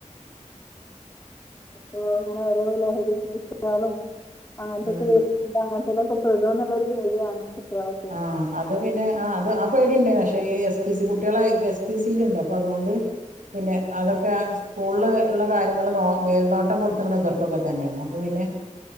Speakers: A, on the left; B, on the right.
A: അങ്ങനെ ഓരോ ലഹാലും <inaudible> അങ്ങനത്തൊക്കെ
B: ഉം
A: വ അങ്ങനത്തൊക്കെ പെടും എന്നുള്ളൊരു പേടിയാണ് കുട്ടികളൊക്കെ
B: ആ്ഹ അത് പിന്നെ ആഹ് അത് ആഹ് പേടിണ്ട പക്ഷെ ഈ എസ് പി സി കുട്ടികളെ സിൽുണ്ട് അപ്പൾ അതുകൊണ്ട് പിന്നെ അതൊക്കെ സ്കൂളിൽ ഉള്ള കാര്യങ്ങൾ മേൽനോട്ടം കൊടുത്തങ്ങ ഇവർക്കൊക്കെ തന്നെയാണ് അപ്പൾ പിന്നെ-